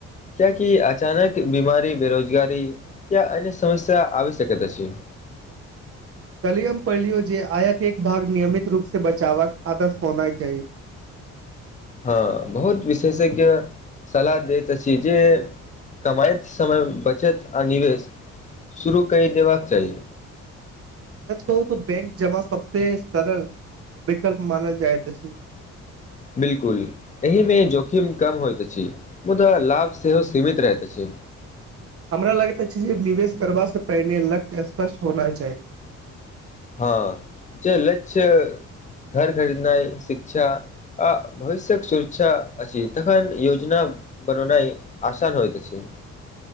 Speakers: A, on the left; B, on the right.
A: कियाकि अचानक बीमारी बेरोजगारी तऽ अन समस्य आ सक तऽ छै
B: कली हम पढ़लियो जे आयक एक भाग नियमित रूप से बचावक आदत होना चाही
A: हँ बहुत विशेषज्ञ सलाह दे तऽ चीजे कमाय समय बचत आ निवेश शुरू कय देबाक चाही
B: सच कहू त बैंक जमा सबस सरल विकल्प मानल जाय तऽ
A: बिल्कुल एहिमें जोखिम कम होइत अछि मुदा लाभ सेहो सीमित रहैत अछि
B: हमरा लगता छय जे निवेश करबा से पहिने लक्ष्य स्पष्ट होना चाही
A: हँ जे लक्ष्य घर खरीदनाइ शिक्षा आ भविष्य्यक सुरक्षा अइछ तखन योजना बननाइ आसान होइत छय